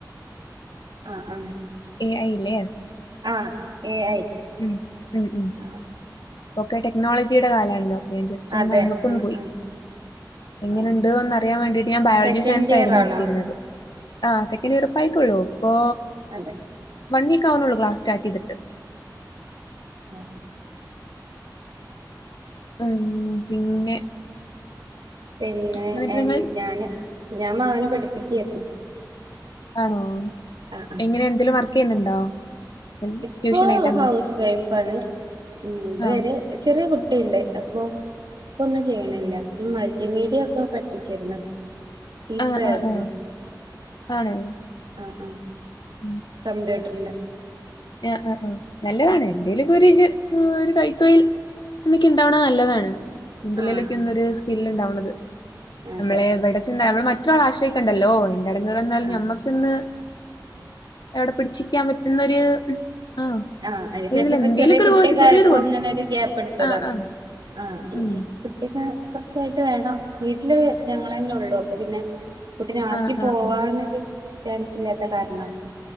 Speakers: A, on the right (about 80°); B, on the left (about 70°).
A: ആ ആ
B: ഏ അയില്ലേ
A: ആഹ എ ഐ
B: ഉം ഉം ഉം
A: ആ
B: ഓക്കെ ടെക്നോളജിയുടെ കാലാണല്ലോ ഞൻ ജസ്റ്റ്
A: അതെ
B: ഒന്ന് ഐമ കൊന്ന്
A: ആ
B: പോയി
A: ആ
B: എങ്ങനെണ്ടോന്ന്
A: ആ
B: അറിയാൻ വേണ്ടിട്ട് ഞാൻ ബയോളജി
A: സെക്കൻഡ്
B: സയൻസായിയിരുന്നു
A: ഇയർ ആണോ
B: എടുത്തിരുന്നത് ആ സെക്കൻഡിയറിപ്പറ യി ട്ടൊള്ളൂ പ്പൊ
A: അതെ
B: വൺ വീക്ക് ആവണള്ളൂ ക്ലാസ് സ്റ്റാർട്ട് ചെയ്തിട്ട്
A: ഉം
B: ഉം പിന്നെ
A: പിന്നെ
B: എന്നിട്ട്
A: എൻ
B: നിങ്ങൾ
A: ഞാന് ഞാൻ മകനെ പഠിപ്പിക്കായിരുന്നു
B: ആണോ
A: ആ
B: എങ്ങനെ എന്തേങ്കിലും വർക്ക് ചെയ്യുന്നുണ്ടോ ഉം
A: ഇപ്പൊ
B: ട്യൂഷനായിട്ട് അങ്ങനെ.
A: ഹൗസ് വൈഫാണ് ഇ ഇതുവരെ
B: ആ.
A: ചെറിയ കുട്ടിയുണ്ട് അപ്പൊ ഇപ്പൊന്നും ചെയ്യണില്ല മൾട്ടിമീഡിയ ഒക്കെ പഠിപ്പിച്ചിരുന്ന് ടീച്ചറേ
B: ആ ആ
A: ഉം
B: ആ. ആണ്
A: ആ ആ
B: ഉം.
A: കമ്പ്യൂട്ടറിന്റെ അ
B: ആ ആ ആനല്ലതാ <unintelligible> ഒരു ഒരു കൈത്തോഴിൽ നമ്മക്കിണ്ടാവണ നല്ലതാണ് ഇതിലൊക്കെ
A: ആ
B: ഇന്നരു സ്കില്ലു ണ്ടാവണത്
A: അതെ
B: നമ്മളെ എവിടെ ചന്നാ മറ്റൊരാളേ ആശയിക്കണ്ടല്ലോ എന്തടങ്ങുക എന്നാലും
A: ആ
B: നമ്മക്കിന്ന് എവിടെ പിടിച്ചിക്കാൻ പറ്റുന്നൊരു ആഹ്
A: ആ അതിനു ശേഷപ്പൊ
B: ഇതിൽ എന്തേലൊക്കെ
A: ചെറിയ കുട്ടിയക്കെ
B: ഒരു കോഴ്സ് ചെറിയൊരു
A: ആയപ്പോ
B: കോഴ്സ്
A: അങ്ങനെ ഒരു ഗ്യാപ്പ് എടുത്തതാണ്
B: ആഹ് ആഹ്
A: ആ ഇ
B: ഉം
A: കുട്ടിക്കെ കുർച്ചയായിട്ട് വേണം വീട്ടില് ഞങ്ങളെന്നെ ള്ളൂ അപ്പൊ പിന്നെ കുട്ടി നെആക്കി
B: ആഹ്
A: പോവാാനൊരു
B: ആഹ് ആഹ്
A: ചാൻസ് ഇല്ലാത്ത കാരണാ